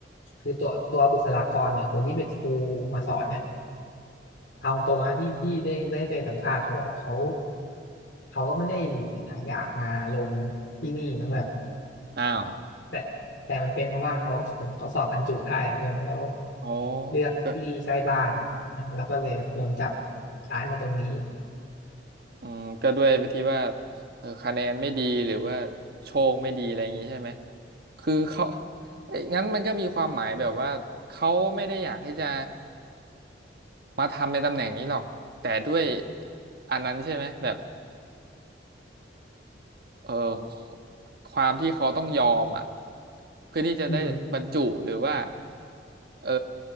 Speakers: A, on the left (about 80°); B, on the right (about 60°).
A: คือตัวตัวบุคลากรเนี่ยคนที่เป็นครูมาสอนเนี่ยเอาตรงนะที่ที่ได้ได้ไปสัมภาษณ์เขาอะเขาเขาก็ไม่ได้อยากมาลงที่นี่นะเพื่อน
B: อ้าว
A: แต่แต่มันเป็นเพราะว่าเขาเขาสอบบรรจุได้เพื่อนแล้ว
B: อ๋อ
A: เลือกที่ใกล้บ้านนะแล้วก็เลยโดนจับ
B: ก็
A: ย้ายมาตรงนี้
B: อืมก็ด้วยวิธีว่าเออคะแนนไม่ดีหรือว่าโชคไม่ดีอะไรอย่างนี้ใช่ไหมคือเขาเอ้ยงั้นมันก็มีความหมายแบบว่าเขาไม่ได้อยากที่จะ มาทำในตำแหน่งนี้หรอกแต่ด้วยอันนั้นใช่ไหมแบบเออความที่เขาต้องยอมอ่ะเพื่อที่จะได้บรรจุหรือว่า
A: อืม
B: เออ